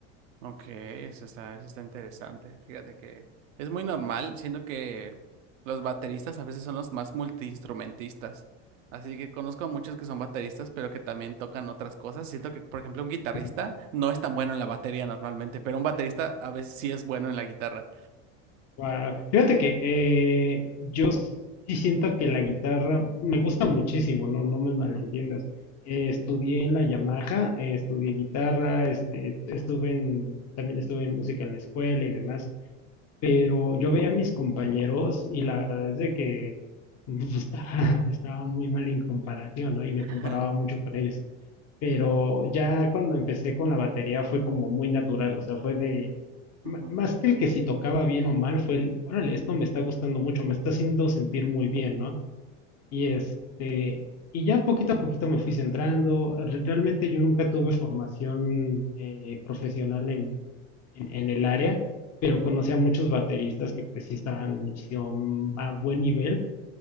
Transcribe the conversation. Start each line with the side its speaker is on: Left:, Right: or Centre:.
Right: Ok, eso está, eso está interesante. Fíjate que es muy normal, siento que los bateristas a veces son los más multiinstrumentistas. Así que conozco a muchos que son bateristas, pero que también tocan otras cosas. Siento que, por ejemplo, un guitarrista
Left: <laughs>
Right: no es tan bueno en la batería normalmente, pero un baterista a veces sí es bueno en la guitarra.
Left: Guau. Fíjate que eh, yo sí siento que la guitarra me gusta muchísimo, no, no me malentiendas.
Right: Ujú.
Left: Eh, estudié en la Yamaha, eh, estudié guitarra, este, estuve en, también estuve en música en la escuela y demás, pero yo veía a mis compañeros y la verdad es de que <laughs> estaba, estaba muy mal en comparación, ¿no? Y me
Right: <laughs>
Left: comparaba mucho con ellos pero ya cuando empecé con la batería fue como muy natural, o sea, fue de, ma-
Right: Ujú,
Left: más que el que si tocaba bien o mal, fue el, órale, esto me está gustando mucho, me está haciendo sentir muy bien, ¿no? Y este, y ya poquito a poquito me fui centrando, re- realmente yo nunca tuve formación eh, profesional en, en, en el área, pero conocí
Right: ujú.
Left: a muchos bateristas que pues sí estaban muchísimo mm, a buen nivel